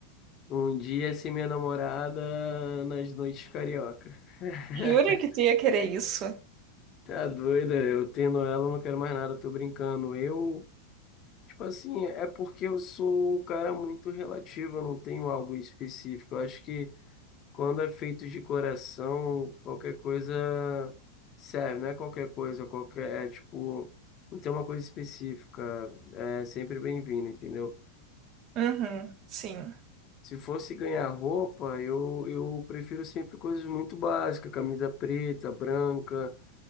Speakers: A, on the left; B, on the right.
A: Um dia sem minha namorada nas noites carioca. <laughs>
B: Jura que tu ia querer isso?
A: Tá doida, eu tendo ela, eu não quero mais nada, eu tô brincando. Eu, tipo assim, é porque eu sou um cara muito relativo, eu não tenho algo específico. Eu acho que Quando é feito de coração, qualquer coisa serve, não é qualquer coisa, qualquer, é tipo, não tem uma coisa específica, é sempre bem-vindo, entendeu?
B: Uhum, sim.
A: Se fosse ganhar roupa, eu, eu prefiro sempre coisas muito básicas, camisa preta, branca,